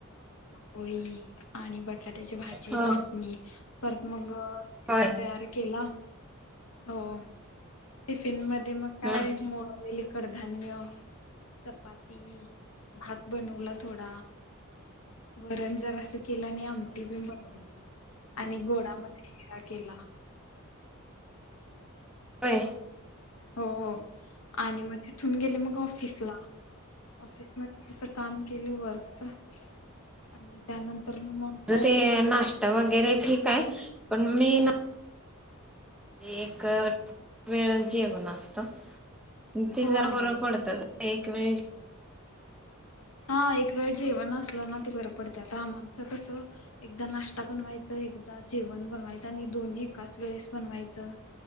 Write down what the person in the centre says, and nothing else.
हा
होय
हम्म
होय.
माझं ते <inaudible> ठीक आहे. पण मी ना- एक वेळ जेवण अस - <inaudible> ते
जरा
बर पडत एक- <inaudible>